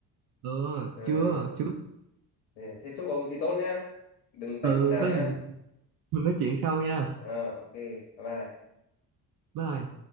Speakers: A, on the right; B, on the left.
A: ờ
B: Ờ,
A: chưa chưa
B: thế thế chúc ông thi tốt nhá. Đừng tạch
A: ừ
B: môn nào
A: có
B: nhá.
A: gì mình mình nói chuyện sau nha
B: Ờ, ok, bye bye.
A: bye